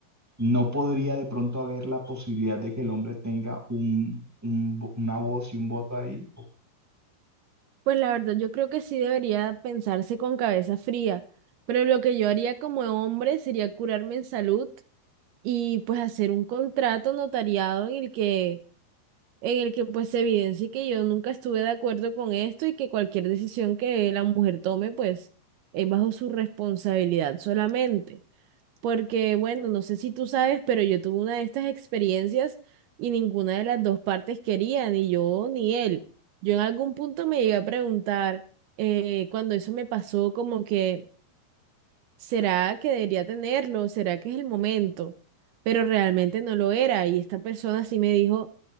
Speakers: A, in the centre; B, on the right.
A: no podría de pronto haber la posibilidad de que el hombre tenga un, un vo- una voz y un voto ahí.
B: Pues la verdad, yo creo que sí debería pensarse con cabeza fría, pero lo que yo haría como hombre sería curarme en salud y pues hacer un contrato notariado en el que, en el que pues se evidencie que yo nunca estuve de acuerdo con esto y que cualquier decisión que la mujer tome pues es bajo su responsabilidad solamente. Porque, bueno, no sé si tú sabes, pero yo tuve una de estas experiencias y ninguna de las dos partes quería, ni yo ni él. Yo en algún punto me llegué a preguntar, eh, cuando eso me pasó, como que ¿Será que debería tenerlo? ¿Será que es el momento? Pero realmente no lo era. Y esta persona sí me dijo